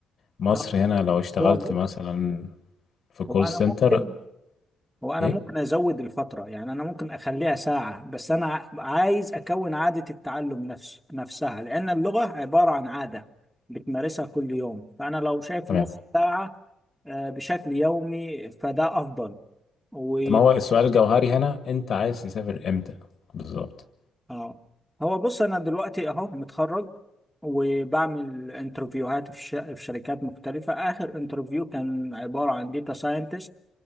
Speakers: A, on the left; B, in the centre.
A: مصر
B: آه،
A: هنا لو اشتغلت
B: هو بص
A: مثلا في كول
B: هو انا
A: سنتر
B: ممكن هو انا
A: ايه
B: ممكن ازود الفتره يعني انا ممكن اخليها ساعه بس انا ع- عايز اكون عاده التعلم نفسه نفسها لان اللغه عباره عن عاده بتمارسها كل يوم فانا لو شايف
A: تمام
B: نص ساعه آه، بشكل يومي فده افضل و
A: ما هو السؤال الجوهري هنا انت عايز تسافر امتى بالظبط
B: اه هو بص انا دلوقتي اهو متخرج وبعمل انترفيوهات في ش... في شركات مختلفه اخر انترفيو كان عباره عن داتا ساينتست